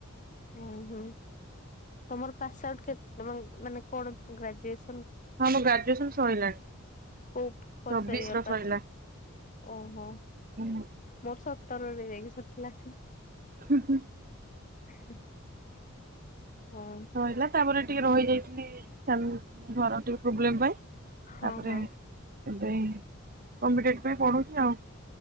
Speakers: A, on the left; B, on the right.
A: ହୁଁ ହୁଁ। ତମର ପାସ୍ ଆଉଟ୍ ମାନେ କଣ ଗ୍ରାଜୁଏସ
B: ହଁ ମୋ ଗ୍ରାଜୁଏସନ ସଇଲାଣି
A: କୋଉ ବର୍ଷ
B: ଚବିଶ
A: ଇୟର
B: ର
A: ପାସ୍
B: ସଇଲା ।
A: ଓହୋ।
B: ହୁଁ।
A: ମୋର ସତରରେ ଯାଇକି ସରିଥିଲା ।
B: ହୁଁ ହୁଁ।
A: ହୁଁ। ହଁ
B: ସଇଲା ତାପରେ ଟିକେ ରହିଯାଇଥି ଲି ଫ୍ୟାମି ଘର ଟିକେ ପ୍ରୋବ୍ଲେମ୍ ପାଇଁ
A: ହଁ
B: ତାପରେ
A: ହଁ।
B: ଏବେ କମ୍ପିଟେଟିଭ ପାଇଁ ପଢୁଛି ଆଭି ଉ।